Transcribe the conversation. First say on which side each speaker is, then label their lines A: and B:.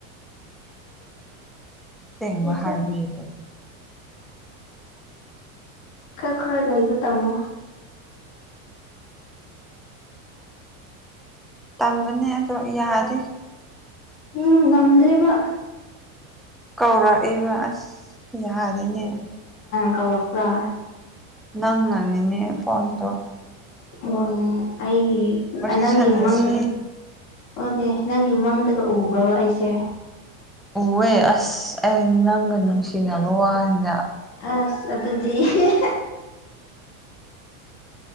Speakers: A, in the centre; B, on the left.
A: ꯑꯁꯦꯡꯕ
B: ꯑꯩꯁꯦ
A: ꯍꯥꯏꯕꯤꯌ
B: ꯀ ꯈꯔ ꯂ ꯂꯩꯒ ꯇꯃ
A: ꯇꯝꯕꯅꯦ ꯑꯗꯣ ꯌꯥꯔꯦ
B: ꯎꯝ ꯉꯝꯗ꯭ꯔꯦꯕ
A: ꯀꯧꯔꯛꯑꯦꯕ ꯑꯁ ꯌꯥꯗꯣꯏꯅꯦ
B: ꯀꯥꯎꯔꯄ꯭ꯔꯥ
A: ꯅꯪ ꯅꯪꯅꯤꯅꯦ ꯐꯣꯟꯗ
B: ꯎꯝ ꯑꯩ
A: ꯋꯥꯔꯤ
B: ꯑꯅꯪ
A: ꯁꯥꯟꯅꯁꯤ
B: ꯏꯃꯪ ꯑꯣꯅꯦ ꯅꯪꯒꯤ ꯃꯪꯗꯒ ꯎꯕ꯭ꯔꯕ ꯑꯩꯁꯦ
A: ꯎꯍꯦ ꯑꯁ ꯑꯩ ꯅꯪꯒ ꯅꯨꯡꯁꯤꯅꯕ ꯋꯥꯅꯤ
B: ꯑ ꯑꯗꯨꯖꯤ ꯍ